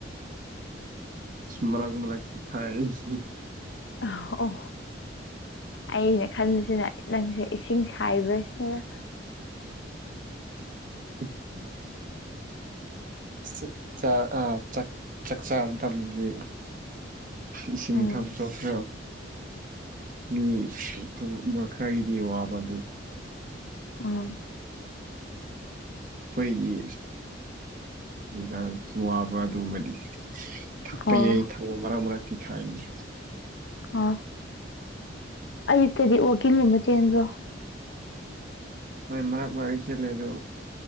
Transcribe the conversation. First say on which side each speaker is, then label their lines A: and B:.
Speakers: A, on the right (about 45°); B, on the left (about 75°).
A: ꯃꯔꯛ ꯃꯔꯛꯇꯥ ꯊꯥꯛꯌꯦ
B: ꯑꯣ ꯑꯩꯅ ꯈꯟꯕꯁꯤꯅ ꯅꯪꯁꯦ ꯏꯁꯤꯡ ꯁꯥꯏꯕ꯭ꯔꯥ ꯁꯤꯅꯤꯗ
A: ꯎ <inaudible> ꯑ ꯆꯥꯛ ꯆꯥꯛ ꯆꯥꯛ ꯆꯥꯕꯥ ꯃꯇꯝꯗꯗꯤ ꯏꯁꯤꯡ
B: ꯎꯝ
A: ꯊꯛꯄ꯭ꯔꯣ ꯈꯔꯥ ꯃꯤ ꯑꯗꯨꯝ ꯈꯔꯒꯤꯗꯤ ꯋꯥꯕ ꯑꯗꯨ
B: ꯑꯥꯝ
A: ꯑꯩꯈꯣꯏꯒꯤ ꯀꯔꯤꯁꯨ ꯋꯥꯕ ꯑꯗꯨꯒꯨꯝꯕꯗꯤ ꯊꯛꯄ
B: ꯑꯣ
A: ꯌꯥꯏ ꯊꯥꯛꯑꯣ ꯃꯔꯛ ꯃꯔꯛꯇ ꯊꯛꯏ
B: ꯑꯣ ꯑꯌꯨꯛꯇꯗꯤ ꯋꯥꯛꯀꯤꯡꯒꯨꯝꯕ ꯆꯦꯟꯕ꯭ꯔꯣ
A: ꯍꯣꯏ ꯃꯔꯛ ꯃꯔꯛ ꯆꯦꯜꯂꯦ ꯑꯗꯣ